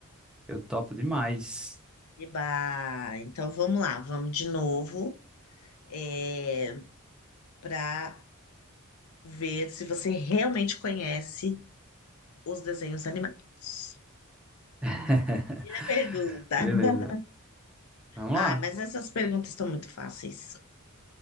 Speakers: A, in the centre; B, on the left.
A: Eu topo demais.
B: Eba, então vamos lá, vamos de novo é, para ver se você realmente conhece os desenhos animados.
A: <laughs>
B: Primeira pergunta.
A: Beleza.
B: <laughs>
A: Vamos
B: Ah,
A: lá.
B: mas essas perguntas estão muito fáceis.